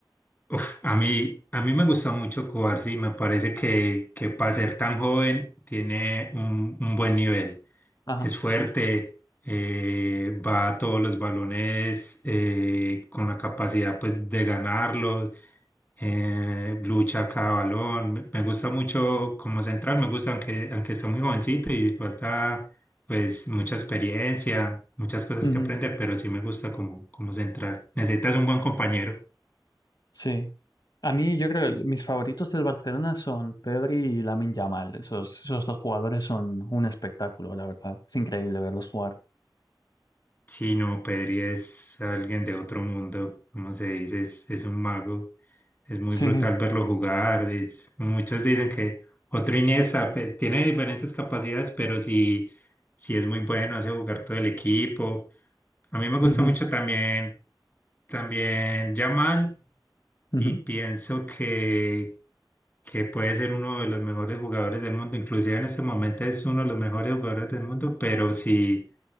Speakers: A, on the left; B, on the left.
A: Uf, a mí, a mí me gusta mucho Cubarsí, me parece que, que para ser tan joven tiene un, un buen nivel.
B: Ajá.
A: Es fuerte, eh, va a todos los balones eh, con la capacidad pues de ganarlos, eh, lucha cada balón. Me, me gusta mucho como central, me gusta aunque, aunque está muy jovencito y falta pues mucha experiencia, muchas cosas
B: Ujú.
A: que aprender, pero sí me gusta como, como central. Necesitas un buen compañero.
B: Sí. A mí, yo creo que mis favoritos del Barcelona son Pedri y Lamine Yamal. Esos, esos dos jugadores son un espectáculo, la verdad. Es increíble verlos jugar.
A: Sí, no, Pedri es alguien de otro mundo, como se dice, es, es un mago. Es muy
B: Sí.
A: brutal verlo jugar. es- muchos dicen que otro Inés Ape- tiene diferentes capacidades, pero sí, sí es muy bueno, hace jugar todo el equipo. A mí me gusta
B: Ujú,
A: mucho también, también Yamal
B: ujú,
A: y pienso que, que puede ser uno de los mejores jugadores del mundo. Inclusive en este momento es uno de los mejores jugadores del mundo, pero sí